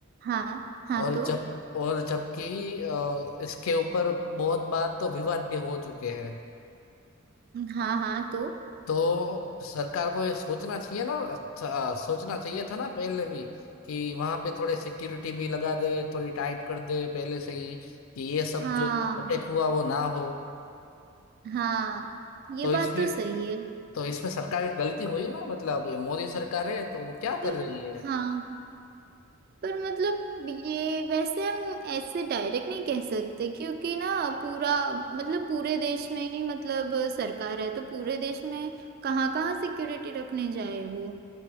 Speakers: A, on the right; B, on the left.
A: हाँ हाँ
B: और
A: तो
B: जब और जबकि अ, इसके ऊपर बहुत बार तो विवाद भी हो चुके हैं
A: हाँ हाँ तो
B: तो सरकार को ये सोचना चाहिए ना अच्छा सोचना चाहिए था ना पहले भी कि वहां पे थोड़े सिक्योरिटी भी लगा दे थोड़ी टाइट कर दे पहले से ही कि ये सब
A: हाँ
B: जो अटैक हुआ वो ना हो
A: हाँ ये
B: तो इसमें
A: बात तो सही है
B: तो इसमें सरकार की गलती हुई ना मतलब ये मोदी सरकार है तो वो क्या
A: पर
B: कर रही है
A: हाँ पर मतलब ये वैसे हम ऐसे डायरेक्ट नहीं कह सकते क्योंकि ना पूरा मतलब पूरे देश में ही मतलब सरकार है तो पूरे देश में कहाँ कहाँ सिक्योरिटी रखने जाए वो